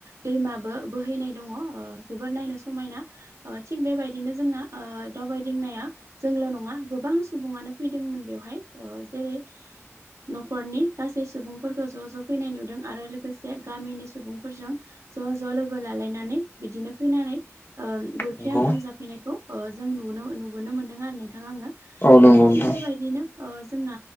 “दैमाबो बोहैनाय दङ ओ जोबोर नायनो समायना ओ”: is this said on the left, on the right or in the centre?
Right